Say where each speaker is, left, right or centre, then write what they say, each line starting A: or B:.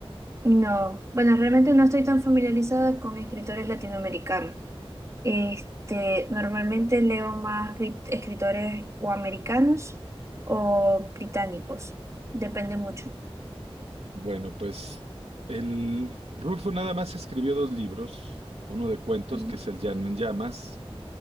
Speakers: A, on the right; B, on the right.
A: No, bueno, realmente no estoy tan familiarizada con escritores latinoamericanos. Este, normalmente leo más cri- escritores o americanos o británicos, depende mucho.
B: Bueno, pues el Rulfo nada más escribió dos libros, uno de cuentos
A: Sí,
B: que es El Llano en Llamas